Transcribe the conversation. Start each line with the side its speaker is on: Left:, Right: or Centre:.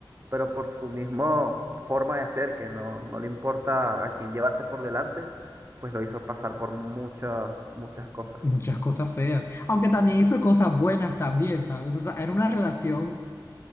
Right: pero por su misma forma de ser, que no, no le importa a quién llevarse por delante, pues lo hizo pasar por muchas, muchas cosas.
Left: Muchas cosas feas, aunque también hizo cosas buenas también, ¿sabes? O sea, era una relación